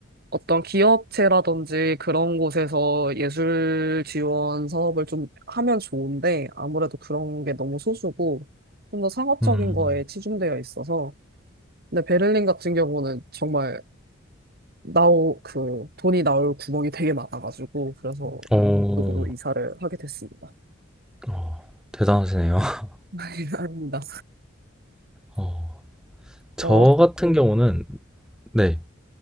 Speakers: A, on the right; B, in the centre.
A: 어떤 기업체라든지 그런 곳에서 예술 지원 사업을 좀 하면 좋은데, 아무래도 그런 게 너무 소수고, 좀 더 상업적인
B: 음,
A: 거에 치중되어 있어서, 근데 베를린 같은 경우는 정말 나오 그 돈이 나올 구멍이 되게 많아가지고 그래서 이
B: 어,
A: 쪽으로 이사를 하게 됐습니다.
B: 어, 대단하시네요. <laughs>
A: <laughs> 아닙니다.
B: 어, 저
A: 어,
B: 같은 경우는, 네.